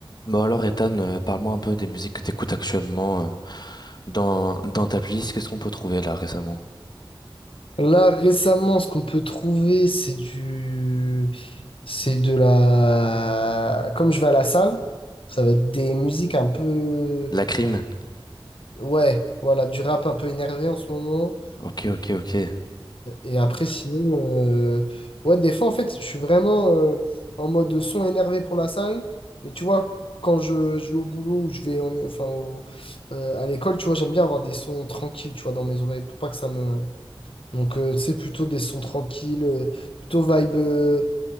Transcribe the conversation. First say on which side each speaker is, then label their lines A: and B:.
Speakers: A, on the left; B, on the left.
A: Bon alors Ethan, euh, parle-moi un peu des musiques que t'écoutes actuellement euh, dans dans ta playlist. Qu'est-ce qu'on peut trouver là récemment?
B: Là, récemment, ce qu'on peut trouver, c'est du... C'est de la... Comme je vais à la salle, ça va être des musiques un peu...
A: La crime?
B: Ouais, voilà, du rap un peu énervé en ce moment.
A: Ok ok ok.
B: Et après, sinon... euh, Ouais, des fois, en fait, je suis vraiment euh, en mode son énervé pour la salle. Mais tu vois, quand je, je vais au boulot ou je vais en- enfin, au- euh, à l'école, tu vois, j'aime bien avoir des sons tranquilles, tu vois, dans mes oreilles pour pas que ça me... Donc, euh, c'est plutôt des sons tranquilles, euh, plutôt vibe, euh,